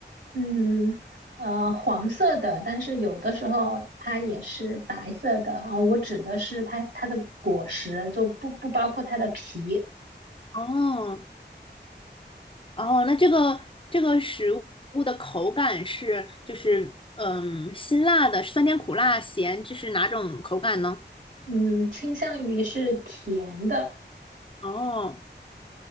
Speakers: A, on the right (about 70°); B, on the left (about 30°).
A: 嗯，呃，黄色的，但是有的时候它也是白色的。啊，我指的是它它的果实，就不不包括它的皮。
B: 哦，哦，那这个这个食物的口感是就是嗯辛辣的，酸甜苦辣咸，这是哪种口感呢？
A: 嗯，倾向于是甜的。
B: 哦，